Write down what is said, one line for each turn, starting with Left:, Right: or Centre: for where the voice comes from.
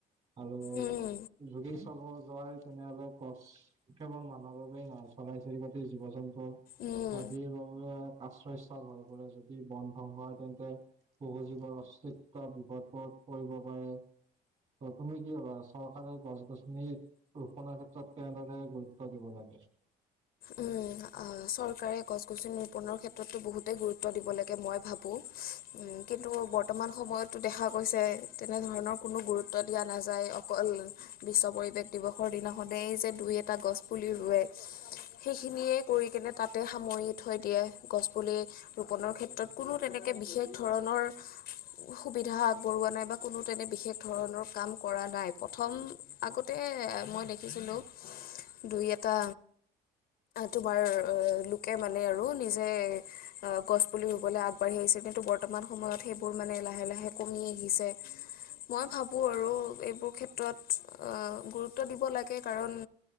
Right: আৰু
Left: উম
Right: যদি চাব যোৱাই তেনেহ'লে গছ কেৱল মানুহৰ বাবেই নহয়, চৰাই-চিৰিকতি, জীৱ-জন্তু
Left: উম
Right: আদিৰ বাবে আশ্ৰয় স্থল হৈ পৰে, যদি বন্ধ হয়, তেন্তে বহু জীৱৰ অস্তিত্ব বিপদত পৰিব পাৰে। ত, তুমি কি ভাবা চৰকাৰে গছ-গছনিৰ ৰোপণৰ ক্ষেত্ৰত কেনেদৰে গুৰুত্ব দিব লাগে?
Left: উম, অ। চৰকাৰে গছ-গছনি ৰূপনৰ ক্ষেত্ৰতো বহুতেই গুৰুত্ব দিব লাগে, মই ভাবো। উম, কিন্তু বৰ্তমান সময়ত টো দেখা গৈছে, তেনেধৰণৰ কোনো গুৰুত্ব দিয়া নাযায়, অকল বিশ্ব পৰিৱেশ দিৱসৰ দিনাখনেই যে দুই-এটা গছ পুলি ৰুৱে, সেইখিনিয়ে কৰি কিনে তাতে সামৰি থৈ দিয়ে গছ পুলি ৰোপনৰ ক্ষেত্ৰত কোনো তেনেকে বিশেষ ধৰণৰ সুবিধা আগবঢ়োৱা নাই বা কোনো তেনে বিশেষ ধৰণৰ কাম কৰা নাই, প্ৰথম আগতে মই দেখিছিলোঁ দুই এটা তোমাৰ অ লোকে মানে আৰু নিজে অ গছ পুলি ৰুবলৈ আগ আগবাঢ়ি আহিছে, কিন্তু বৰ্তমান সময়ত সেইবোৰ মানে লাহে লাহে কমি আহিছে মই ভাবোঁ আৰু এইবোৰ ক্ষেত্ৰত আ গুৰুত্ব দিব লাগে কাৰণ